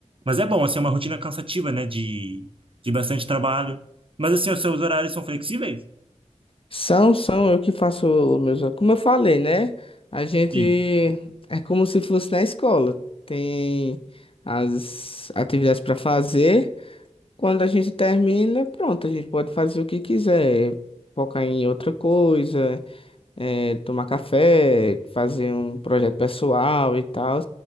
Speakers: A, on the right; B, on the left.
A: Mas é bom, assim, é uma rotina cansativa, né? De, de bastante trabalho. Mas assim, os seus horários são flexíveis?
B: São, são eu que faço os meus. Como eu falei, né? A gente
A: Sim.
B: é como se fosse na escola. Tem as atividades para fazer. Quando a gente termina, pronto, a gente pode fazer o que quiser, focar em outra coisa, eh, tomar café, fazer um projeto pessoal e tal.